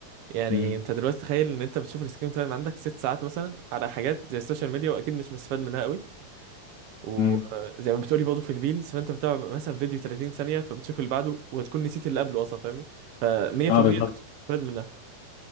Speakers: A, on the right; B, on the left.
A: يعني
B: امم
A: انت دلوقتي تخيل ان انت بتشوف السكرين تايم عندك ست ساعات مثلا على حاجات زي السوشيال ميديا واكيد مش مستفاد منها قوي وزي
B: امم
A: ما بتقولي برضه في الريلز فانت بتتابع مثلا فيديو 30 ثانيه فبتشوف اللي بعده وتكون نسيت اللي قبله اصلا فاهمني ف 100%
B: اه بالظبط
A: انت مش مستفاد منها